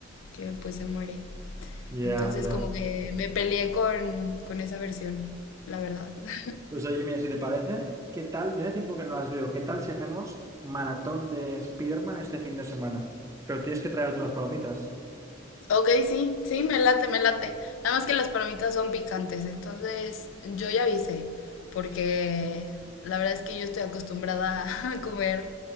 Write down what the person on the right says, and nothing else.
Ya,
yeah, ya. Yeah.
Pues oye, mira, si te parece, ¿qué tal? Yo hace tiempo que no las veo. ¿Qué tal si hacemos maratón de Spiderman este fin de semana? Pero tienes que traer tú las palomitas.